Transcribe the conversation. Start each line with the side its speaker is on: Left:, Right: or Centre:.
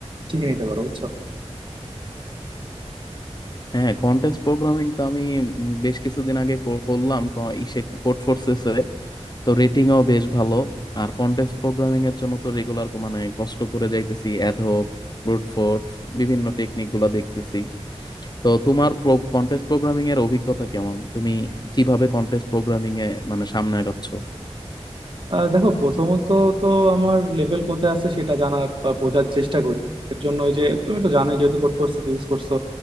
Right: শিখে নিতে পারো বুঝছো
Left: হ্যাঁ কন্টেস্ট প্রোগ্রামিং তো আমি উম, বেশ কিছুদিন আগে কর- করলাম ক- ইসে কোড ফোর্সেসে তো রেটিংও বেশ ভালো আর কন্টেস্ট প্রোগ্রামিং এর জন্য তো রেগুলার মানে কষ্ট করে যাইতেছি অ্যাডহক ব্রুট ফোর্স বিভিন্ন টেকনিক গুলা দেখতেছি তো তোমার প্রো কন্টেস্ট প্রোগ্রামিং এর অভিজ্ঞতা কেমন তুমি কিভাবে কন্টেস্ট প্রোগ্রামিং এ মানে সামনে আগাচ্ছ
Right: আহ দেখো প্রথমত তো আমার লেভেল কোথায় আছে সেটা জানার বা বোঝার চেষ্টা করি এর জন্য ওই যে তুমি তো জানোই যেহেতু কোড ফোর্সেস ইউজ করছো